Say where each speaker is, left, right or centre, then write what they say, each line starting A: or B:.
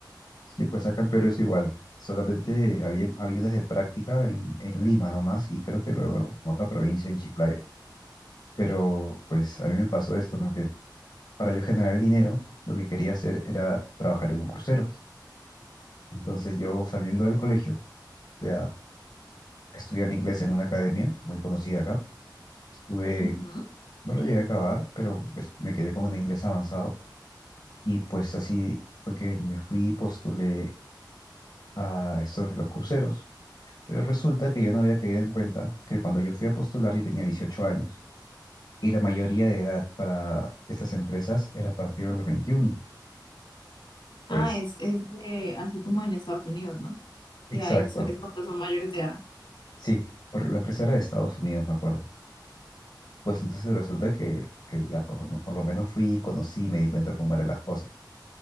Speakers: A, on the left (about 65°); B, on the left (about 85°).
A: Sí, pues acá en Perú es igual. Solamente había, había unas de práctica en, en Lima nomás y creo que luego en otra provincia, en Chiclayo. Pero pues a mí me pasó esto, ¿no? Que para yo generar el dinero, lo que quería hacer era trabajar en un crucero. Entonces yo saliendo del colegio, o sea, estudiar inglés en una academia muy conocida acá. Estuve,
B: Ujú.
A: no lo llegué a acabar, pero pues, me quedé con un inglés avanzado. Y pues así fue que me fui y postulé a estos, los cruceros. Pero resulta que yo no había caído en cuenta que cuando yo fui a postular yo tenía 18 años y la mayoría de edad para estas empresas era a partir de los veintiuno, Pues,
B: Ah, es, es de- así como en Estados Unidos, ¿no? Que
A: exacto.
B: ahí so- es cuando son mayores de edad.
A: Sí, porque la empresa era de Estados Unidos, me acuerdo. Pues entonces resulta que, que ya, pues bueno, por lo menos fui, conocí, me di cuenta cómo eran las cosas.